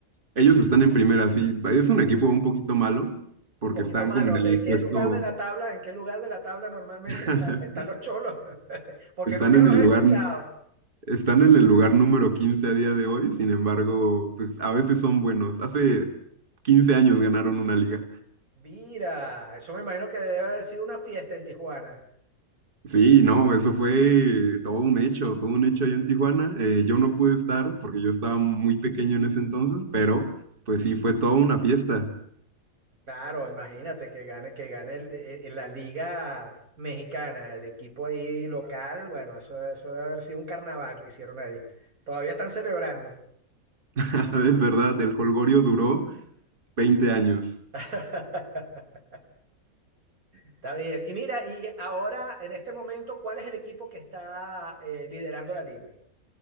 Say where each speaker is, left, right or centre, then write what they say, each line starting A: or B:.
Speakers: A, on the right; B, on the right.
A: Ellos están en primera, sí. Es un equipo un poquito malo
B: Un
A: porque
B: poquito
A: están
B: malo.
A: como en el
B: ¿De qué
A: puesto,
B: lugar de la tabla, en qué lugar de la tabla normalmente
A: <laughs>
B: está- están los Cholos? <laughs> Porque
A: están
B: nunca
A: en
B: los
A: el
B: he
A: lugar,
B: escuchado.
A: están en el lugar número 15 a día de hoy. Sin embargo, pues a veces son buenos. Hace 15 años ganaron una liga.
B: Mira, eso me imagino que debe haber sido una fiesta en Tijuana.
A: Sí, no, eso fue todo un hecho, todo un hecho allá en Tijuana. Eh, yo no pude estar porque yo estaba muy pequeño en ese entonces, pero pues sí, fue toda una fiesta.
B: Claro, imagínate que gane, que gane el- el- la liga mexicana, el equipo ahí local, bueno, eso, eso debe haber sido un carnaval que hicieron ahí. Todavía están celebrando.
A: <laughs> Es verdad, el jolgorio duró 20 años.
B: <laughs> Está bien. Y mira, y ahora, en este momento, ¿cuál es el equipo que está eh, liderando la liga?